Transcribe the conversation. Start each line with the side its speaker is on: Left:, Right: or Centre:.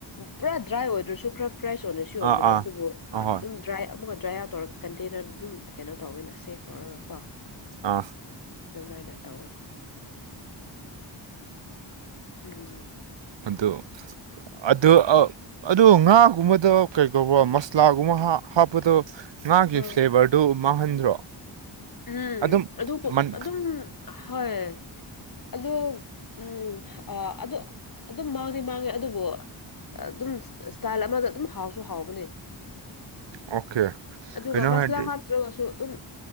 Left: ꯄꯨꯔꯥ ꯗ꯭ꯔꯥꯏ ꯑꯣꯏꯗ꯭ꯔꯁꯨ ꯈ꯭ꯔ ꯐ꯭ꯔꯦꯁ ꯑꯣꯏꯅꯁꯨ ꯌꯣꯟꯕꯅꯦ
Right: ꯑꯥ ꯑꯥ
Left: ꯑꯗꯨꯕꯨ
Right: ꯑꯍꯣꯏ
Left: ꯑꯗꯨꯝ ꯗ꯭ꯔꯥꯏ ꯑꯃꯒ ꯗ꯭ꯔꯥꯏ ꯑꯥꯎꯠ ꯇꯧꯔꯒ ꯀꯟꯇꯦꯅꯔ ꯑꯗꯨꯝ ꯀꯩꯅꯣ ꯇꯧꯋꯅꯦ ꯁꯦꯐ ꯇꯧꯔꯒꯀꯣ
Right: ꯑꯥ
Left: ꯑꯗꯨꯃꯥꯏꯅ ꯇꯧꯋꯅꯤ ꯎꯝ
Right: ꯑꯗꯨꯗꯨ ꯑꯗ ꯑ ꯑꯗꯣ ꯉꯥꯒꯨꯝꯕꯗ ꯀꯩ ꯀꯧꯕꯧꯕ ꯃꯁꯂꯥꯒꯨꯝꯕ ꯍꯥꯞꯄꯗꯣ ꯉꯒꯤ
Left: ꯎꯝ
Right: ꯐ꯭ꯂꯦꯚꯔꯗꯨ ꯃꯥꯡꯍꯟꯗ꯭ꯔꯣ
Left: ꯎꯝ
Right: ꯑꯗꯨꯝ
Left: ꯑꯗꯨ
Right: ꯃꯟ
Left: ꯑꯗꯨꯝ ꯍꯣꯏ ꯑꯗꯨ ꯎꯝ ꯑ ꯑꯗꯨ ꯑꯗꯨꯝ ꯃꯥꯡꯗꯤꯦ ꯃꯥꯡꯉꯦ ꯑꯗꯨꯕꯨ ꯑꯗꯨꯝ ꯏꯁꯇꯥꯏꯜ ꯑꯃꯗ ꯑꯗꯨꯝ ꯍꯥꯎꯁꯨ ꯍꯥꯎꯕꯅꯦ
Right: ꯑꯣꯀꯦ
Left: ꯑꯗꯨꯒ
Right: ꯀꯩꯅꯣ
Left: ꯃꯁꯂꯥ
Right: ꯍꯥꯏꯔꯗꯤ
Left: ꯍꯥꯞꯇ꯭ꯔꯒꯁꯨ ꯑꯗꯨꯝ